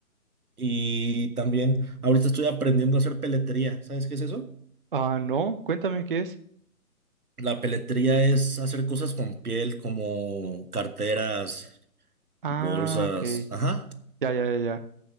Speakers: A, on the right; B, on the right.
A: Y también ahorita estoy aprendiendo a hacer peletería. ¿Sabes qué es eso?
B: Ah, no, cuéntame qué es.
A: La peletería es hacer cosas con piel como carteras,
B: Ah,
A: bolsas.
B: ok.
A: Ajá,
B: Ya, ya, ya, ya.